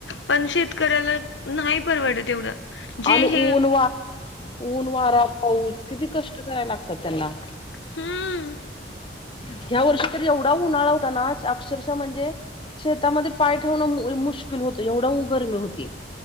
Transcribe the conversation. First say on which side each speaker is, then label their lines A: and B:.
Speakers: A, on the left (about 80°); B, on the left (about 25°).
A: पण, शेतकऱ्याला नाही परवडत एवढं. जे
B: आणि
A: हे
B: ऊन वा--ऊन वारा पाऊस किती कष्ट करायला लागतात. त्यांना
A: हम्म
B: ह्या वर्षी तर एवढा उन्हाळा होता ना अक्षरशः म्हणजे शेतामध्ये पाय ठेवणं मुश्किल होतं एवढं गर्मी होती.